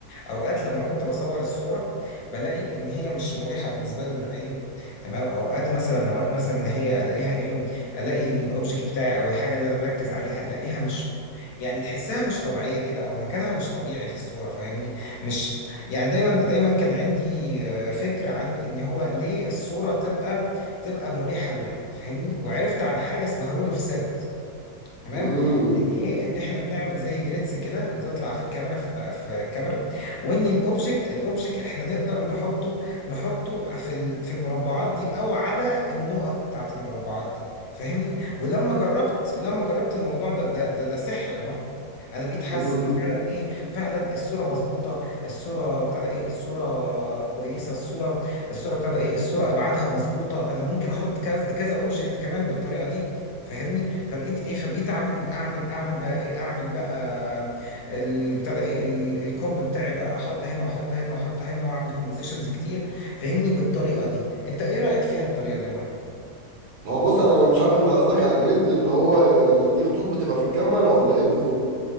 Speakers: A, on the left (about 65°); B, on the right (about 80°).
A: اوقات لما كنت بصور الصوره بلاقي ان هي مش مريحه بالنسبه لي للعين تمام اوقات مثلا اه اوقات مثلا ان هي الاقيها ايه الاقي الاوبجكت بتاعي او الحاجه اللي انا مركز عليها الاقيها مش يعني تحسها مش طبيعيه كده او مكانها مش طبيعي في الصوره فاهمني مش يعني دايما دايما كان عندي آه، فكره عن ان هو ليه الصوره تبقى تبقى مريحه للعين فاهمني وعرفت عن حاجه اسمها رول اوف سيرد تمام
B: امم
A: ان ايه ان احنا بنعمل زي جريدز كده بتطلع في الكاميرا في, الت- في الكاميرا وان الاوبجكت الاوبجكت احنا نقدر نحطه نحطه في ال- في المربعات دي او على النقط بتاعت المربعات دي فاهمني ولما جربت لما جربت الموضوع ده ده ده, ده سحر يا ماركو انا بقيت حاسس
B: امم
A: ان فعلا ايه فعلا الصوره مظبوطه الصوره بتاع ده ايه الصوره كويسه الصوره الصوره بتاع ده ايه الصوره ابعادها مظبوطه انا ممكن احط كذا كذا اوبجكت كمان بالطريقه دي فاهمني فبقيت ايه فبقيت اعمل اعمل اعمل بقى ايه اعمل بقى اللي بتاع ده ايه ال- الكومب بتاعي بقى احط هنا واحط هنا واحط هنا واعمل كومبوزيشنز كتير فاهمني بالطريقه دي انت ايه رايك فيها الطريقه دي يا ماركو
B: هو بص انا انا مش عارف انت قصدك على الجريدز اللي هو يعني دي خطوط بتبقى في الكاميرا ولا ايه بالظبط